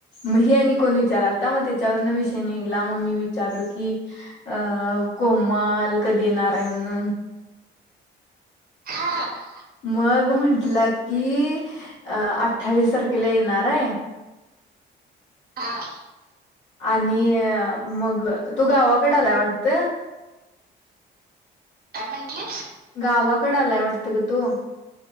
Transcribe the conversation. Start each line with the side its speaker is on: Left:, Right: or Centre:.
Left: मग हे आणि कोण विचारालता तर मग त्याच्यावरण विषय निघला मग मी विचारलो की अं कोमल कधी येणार आहे म्हणून
Right: हा हा.
Left: मग म्हटलं की अ अठ्ठावीस तारखेला येणार आहे.
Right: हा.
Left: आणि मग तो गावाकडे आलाय वाटतं.
Right: काय म्हंटलीस
Left: गावाकडे आलाय वाटतं ग तो